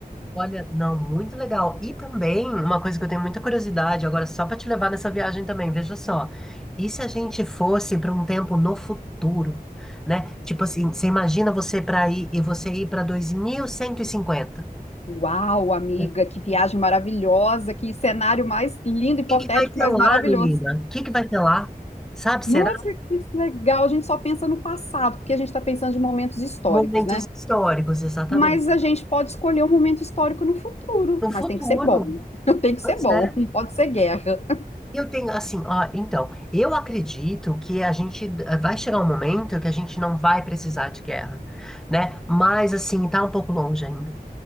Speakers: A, in the centre; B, on the left.
A: Olha, não, muito legal. E também, uma coisa que eu tenho muita curiosidade, agora só para te levar nessa viagem também, veja só. E se a gente fosse para um tempo no futuro, né? Tipo assim, você imagina você para ir e você ir para 2150.
B: Uau, amiga,
A: né? O
B: que viagem maravilhosa, que cenário mais lindo, hipotético,
A: que que vai ter
B: mas
A: lá,
B: maravilhoso.
A: menina? O que que vai ter lá? Sabe, será?
B: Nossa, que legal! A gente só pensa no passado, porque a gente está pensando de momentos históricos,
A: Momentos
B: né?
A: históricos, exatamente.
B: Mas a gente pode escolher um momento histórico no futuro,
A: No
B: mas
A: futuro.
B: tem que ser bom. <laughs> Tem que
A: Pois
B: ser bom,
A: é.
B: não pode ser guerra.
A: Eu tenho assim, ó, então, eu acredito que a gente eh, vai chegar um momento que a gente não vai precisar de guerra, né? Mas assim, tá um pouco longe ainda.